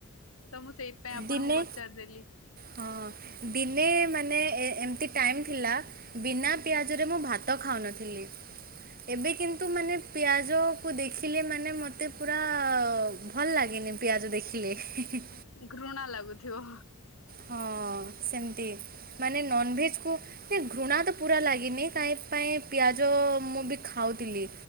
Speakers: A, on the left; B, on the right.
A: ତ ମୁଁ ସେଇପାଇ ଆପଣଙ୍କୁ
B: ଦିନେ
A: ପଚାରିଦେଲି।
B: ହଁ ଦିନେ ମାନେ ଏ ଏମିତି ଟାଇମ୍ ଥିଲା। ବିନା ପିଆଜରେ ମୁଁ ଭାତ ଖାଉନଥିଲି। ଏବେ କିନ୍ତୁ ମାନେ ପିଆଜକୁ ଦେଖିଲେ ମାନେ ମୋତେ ପୁରା ଭଲ ଲାଗେନି ପିଆଜ ଦେଖିଲେ। ହିଁ ହିଁ
A: ଘୃଣା ଲାଗୁଥିବ।
B: ହଁ ସେମିତି ମାନେ ନନଭେଜ୍ କୁ ଇ ଘୃଣା ତ ପୁରା ଲାଗିନି କାହିଁ ପାଇଁ ପିଆଜ ମୁଁ ବି ଖାଉଥିଲି।